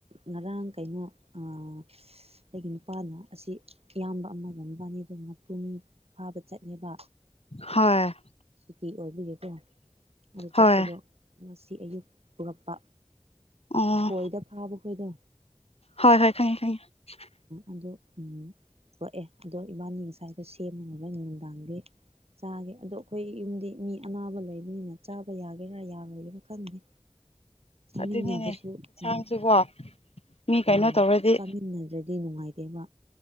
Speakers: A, on the right; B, on the left.
A: ꯉꯔꯥꯡ ꯀꯩꯅꯣ ꯑꯩꯒꯤ ꯅꯨꯄꯥꯅ ꯑꯁꯤ ꯏꯌꯥꯝꯕ ꯑꯃꯒ ꯋꯥꯅꯤ ꯑꯗꯨꯅ ꯄꯨꯨꯡꯅꯤꯡ ꯐꯥꯕ ꯆꯠꯂꯦꯕ
B: ꯍꯣꯏ
A: ꯁꯨꯇꯤ ꯑꯣꯏꯕꯒꯤꯀꯣ ꯑꯗꯨ ꯆꯠꯄꯗꯣ
B: ꯍꯣꯏ
A: ꯉꯁꯤ ꯑꯌꯨꯛ ꯄꯨꯔꯛꯄ
B: ꯑꯣ
A: ꯈꯣꯏꯗ ꯐꯥꯕ ꯈꯣꯏꯗ
B: ꯍꯣꯏ ꯍꯣꯏ ꯈꯪꯉ ꯈꯉ
A: ꯑꯗꯨ ꯎꯝ ꯄꯣꯛꯑꯦ ꯑꯗꯣ ꯏꯕꯥꯅꯤ ꯉꯁꯥꯏꯗ ꯁꯦꯝꯃꯨꯅꯣꯕ ꯅꯨꯡꯗꯥꯡꯗꯤ ꯆꯥꯒꯦ ꯑꯗꯣ ꯑꯩꯈꯣꯏ ꯌꯨꯝꯗꯤ ꯃꯤ ꯑꯅꯥꯕ ꯂꯩꯕꯅꯤꯅ ꯆꯥꯕ ꯌꯥꯒꯦꯔꯥ ꯌꯥꯔꯒꯦꯔꯥ ꯈꯪꯉꯤ ꯆꯥꯃꯤꯟꯅꯕꯁꯨ
B: ꯑꯗꯨꯅꯤꯅꯦ ꯌꯦꯟꯁꯥꯡꯁꯨꯀꯣ
A: ꯎ
B: ꯃꯤ ꯀꯩꯅꯣ
A: ꯎꯝ
B: ꯇꯧꯔꯗꯤ
A: ꯆꯥꯃꯤꯟꯅꯗ꯭ꯔꯗꯤ ꯅꯨꯡꯉꯥꯏꯇꯦꯕ